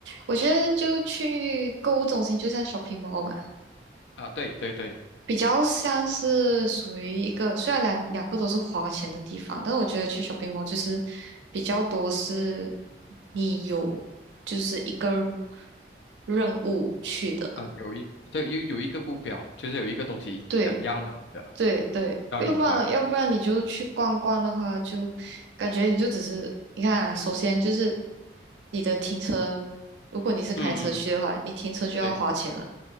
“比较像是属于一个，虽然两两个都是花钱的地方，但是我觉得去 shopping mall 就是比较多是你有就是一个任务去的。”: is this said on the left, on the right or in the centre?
Right